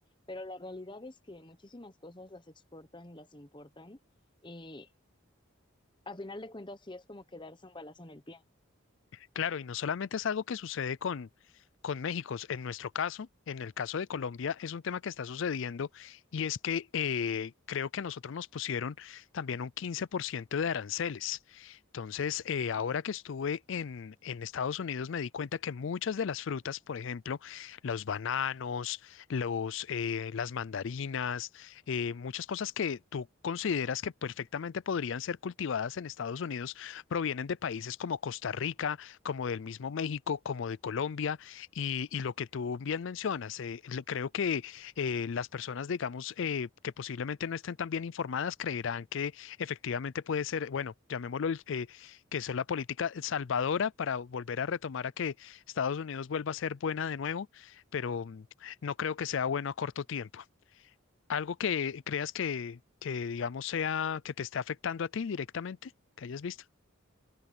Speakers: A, on the left; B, on the left.
A: Pero la realidad es que muchísimas cosas las exportan y las importan y a final de cuentas sí es como quedarse un balazo en el pie.
B: Claro, y no solamente es algo que sucede con, con México, en nuestro caso, en el caso de Colombia, es un tema que está sucediendo y es que eh, creo que a nosotros nos pusieron también un 15% de aranceles. Entonces, eh, ahora que estuve en, en Estados Unidos, me di cuenta que muchas de las frutas, por ejemplo, los bananos, los, eh, las mandarinas, eh, muchas cosas que tú consideras que perfectamente podrían ser cultivadas en Estados Unidos, provienen de países como Costa Rica como del mismo México, como de Colombia, y, y lo que tú bien mencionas, eh, lo- creo que eh, las personas, digamos, eh, que posiblemente no estén tan bien informadas, creerán que efectivamente puede ser, bueno, llamémoslo, el- eh, que eso es la política salvadora para volver a retomar a que Estados Unidos vuelva a ser buena de nuevo, pero mm, no creo que sea bueno a corto tiempo. ¿Algo que creas que, que digamos, sea que te esté afectando a ti directamente, que hayas visto?